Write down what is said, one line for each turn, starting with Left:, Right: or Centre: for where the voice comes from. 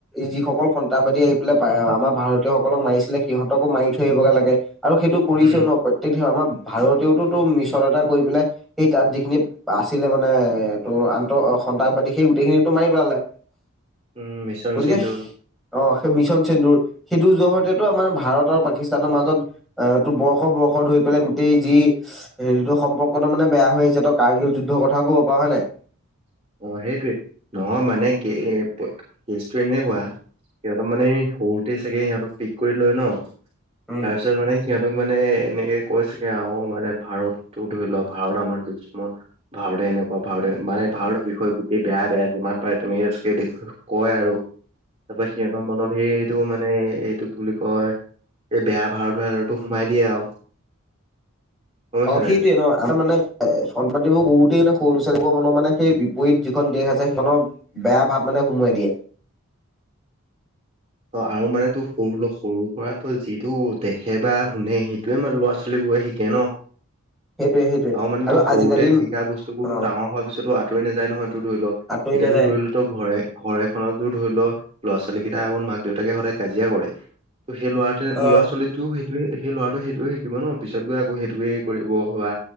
Centre: যিসকল সন্তাসবাদী আহি পেলাই আমাৰ ভাৰতীয় সকলক মাৰিছিলে সিহঁতকো মাৰি থৈ আহিব গে লাগে আৰু সেইটো কৰিছেও
Right: উম
Centre: ন প্ৰত্যেক আমাৰ ভাৰতেওতো তো মিছন এটা কৰি পেলাই সেই তাত যিখিনি আছিলে মানে তোৰ আন্তঃ সন্ত্ৰাসবাদী, সেই গোটেইখিনিতো মাৰি পেলালে।
Right: উম মিছন
Centre: গতিকে
Right: সিন্দুৰ
Centre: অ সেই মিছন চেন্দুৰ, সেইটো জ টো আমাৰ ভাৰত আৰু পাকিস্তানৰ মাজত আহ টো বৰ্ষ বৰ্ষ ধৰি পেলাই গোটেই যি হেৰি য সম্পৰ্কতটো মানে বেয়া হৈ আহিছে ত কাৰ্গিল যুদ্ধৰ কথাও ক'ব পাৰো। হয়নে নাই?
Right: অ সেইটোৱে, নহয় মানে কে-কেজ এনেকুৱা সিহঁতক মানে এই সৰুতে চাগে সিহঁতক পিক কৰি লয় ন,
Centre: উম
Right: তাৰ পিছত মানে সিহঁতক মানে এনেকে কৈছোগে আৰু মানে ভাৰতটো ধৰি লওক ভাৰত আমাৰ দুস্মণ, ভাৰতে তেনেকুৱা ভাৰতে, মানে ভাৰতৰ বিষয় গোটেই বেয়া বেয়া যিমান পাৰে তেনেকে চাগে কয় আৰু। তাৰপাছত সিহঁতৰ মনত সেইটো মানে এইটোক বুলি কয় সেই বেয়া <unintelligible> সোমাই দিয়ে আৰু। গম পাইছ
Centre: অ
Right: নাই
Centre: সেইটোয়ে ন আমাৰ মানে চনপাতিবোৰ সৰুতেই নে সৰু ল তেওঁলোকৰ মনত মানে সেই বিপৰীত যিখন দেশ আছে সেইখনৰ বেয়া ভাৱ মানে সোমোৱাই দিয়ে। <inaudible>
Right: অ আৰু মানে তো সৰু সৰু পৰা তো যিটো দেখে বা শুনে সেইটোয়ে মানে ল'ৰা-ছোৱালীবোৰ শিকে ন
Centre: সেইটোৱে। সেইটোৱে
Right: আৰু মানে তো সৰুতে
Centre: আজিকালি
Right: শিকা বস্তু বোৰতো
Centre: অ
Right: ডাঙৰ হোৱাৰ পিছতো আতৰি নাযায় নহয়, তো ধৰি ল,
Centre: আঁতৰি
Right: এতিয়াতো
Centre: নাযায়।
Right: ধৰি ল ঘৰে ঘৰ এখনৰ ধৰি ল'ৰা-ছোৱালী কেইটা আগত মাক দেউতাকে সদায় কাজিয়া কৰে ত সেই ল'ৰা
Centre: অ'।
Right: ল'ৰা-ছোৱালীটোই ত সেই ল'ৰাটো সেইটে শিকিব ন, পিছত গৈ আকৌ সেইটোৱে কৰিব বা